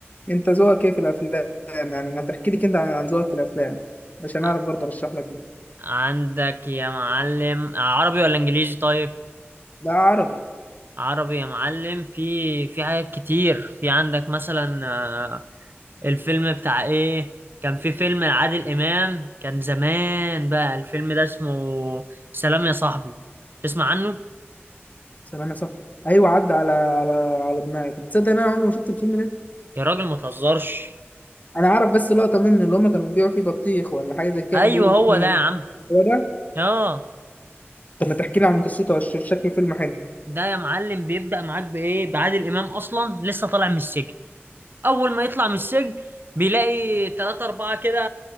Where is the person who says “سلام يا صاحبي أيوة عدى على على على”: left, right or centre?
Left